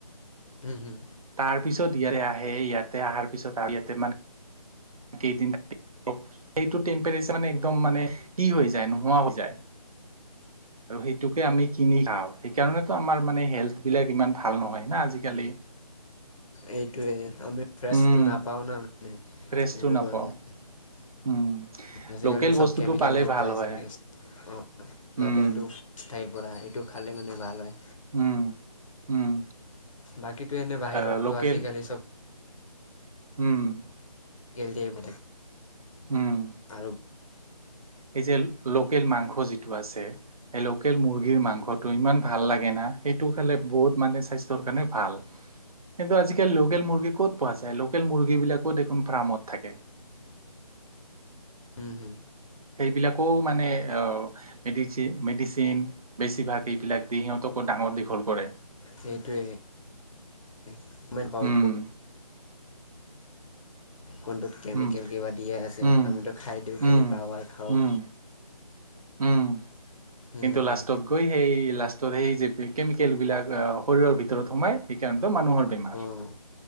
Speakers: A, on the left; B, on the right.
A: উম হুম।
B: তাৰ পিছত ইয়াৰে আহে ইয়াতে আহাৰ পিছত আহ ইয়াতে মানে, <unintelligible> কেইদিন <unintelligible> সেইটো টেম্পচাৰ মানে একদম মানে কি হৈ যায় নোহোৱা হৈ যায়। আৰু সেইটোকে আমি কিনি খাওঁ সেইকাৰণেটো আমাৰ মানে হেল্থ বিলাক ইমান ভাল নহয় না আজিকালি।
A: এইটোৱে আমি ফ্ৰেচটো
B: উম
A: নাপাও না মানে এইটো
B: ফ্ৰেছটো নাপাওঁ
A: কাৰণে।
B: উম
A: আজিকালিটো
B: লোকেল
A: চব
B: বস্তুটো
A: কেমিকেল
B: পালে
A: এ ওলাইছে
B: ভাল হয়
A: মানে। অঁ লোকেলটো
B: উম
A: ঠাইৰ পৰা এইটো খালে মানে ভাল হয়।
B: উম, উম,
A: বাকীতো এনেই বাহিৰততো
B: আহ লোকেল
A: আজিকালি চব,
B: উম,
A: <unintelligible>
B: উম,
A: আৰু
B: এই যে লোকেল মাংস যিটো আছে, এই লোকেল মুৰ্গীৰ মাংসটো ইমান ভাল লাগে না সেইটো খালে বহুত মানে স্বাস্থ্যৰ কাৰণে ভাল। কিন্তু আজিকালি লোকেল মুৰ্গী ক'ত পোৱা যায়? লোকেল মুৰ্গী বিলাকো দেখোন ফাৰ্মত থাকে।
A: উম,
B: সেইবিলাকো মানে অ, মেদিচে মেডিচিন বেছিভাগ এইবিলাক দি সিহঁতকো ডাঙৰ দীঘল কৰে।
A: সেইটোৱে <unintelligible>
B: উম,
A: কোনটোত কেমিকেল
B: উম,
A: কিবা দিয়া আছে
B: উম,
A: আমিতো খাই দিওঁ খালি
B: উম,
A: পাও আৰু খাওঁ।
B: উম, উম কিন্তু
A: উম,
B: লাষ্টত, গৈ সেই লাষ্টত সেই যে কেমিকেলবিলাক শৰীৰৰ ভিতৰত সোমাই সেইকাৰণেতো মানুহৰ, বেমাৰ
A: উম